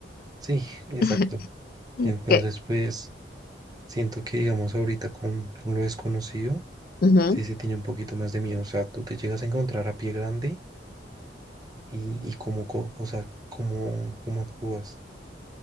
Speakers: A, on the right; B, on the left.
A: sí, exacto.
B: <laughs>
A: Entonces,
B: Que,
A: pues siento que digamos ahorita con, con lo desconocido,
B: ujú,
A: sí se tiene un poquito más de miedo. O sea, tú te llegas a encontrar a pie grande y, y cómo, co- o sea, cómo, cómo actúas.